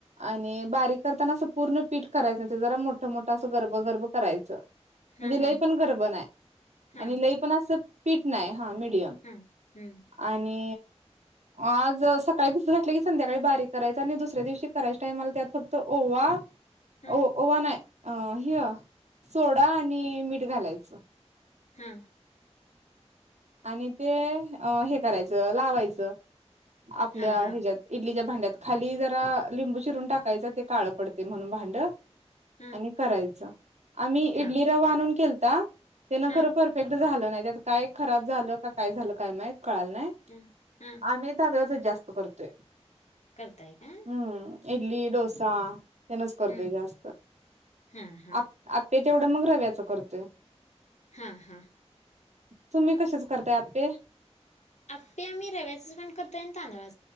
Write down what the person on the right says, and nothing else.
आणि बारीक करताना अस पूर्ण पीठ करायचं ते जरा मोठ मोठं असं गर्बगर्ब करायचं.
म्हणजे
लई पण गरब नाही
आणि लई पण असं पीठ नाही हा मीडियम
आणि आज सकाळी भिसत घातला की संध्याकाळी बारीक करायच आणि दुसऱ्या दिवशी करायच्या टायमाला त्यात फक्त ओवा
ओ ओवा नाय ह्य सोडा आणि मीठ घालायचं
आणि ते हे करायचं लावायचं आपल्या
हेज्यात इडलीच्या भांड्यात खाली जरा लिंबू चिरून टाकायचं ते काळं पडतय म्हणून भांड
आणि करायचं आम्ही
इडली रवा आणूनन केलता ते ना
खरं परफेक्ट झालं नाही त्यात काय खराब झालं का काय झालं काय माहीत कळालं नाय
आम्ही तांदळाचच जास्त करतोय
हम्म इडली डोसा त्यांनच करतोय
जास्त
आप अप्पे तेवढं मग रव्याचं करतोय
तुम्ही कशाच करताय आप्पे